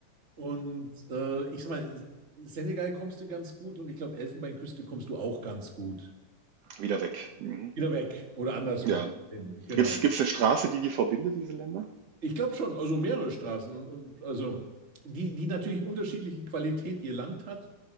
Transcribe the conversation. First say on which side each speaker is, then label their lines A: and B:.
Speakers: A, on the right; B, on the right.
A: Und äh, ich sag mal, Senegal kommst du ganz gut und ich glaube, Elfenbeinküste kommst du auch ganz gut.
B: wieder weg. Mhm.
A: Wieder weg oder andersrum.
B: Ja,
A: hin, Genau.
B: Gibt's gibt's eine Straße, die die verbindet, diese Länder?
A: Ich glaube schon, also mehrere Straßen und, und also die, die natürlich unterschiedliche Qualität je Land hat.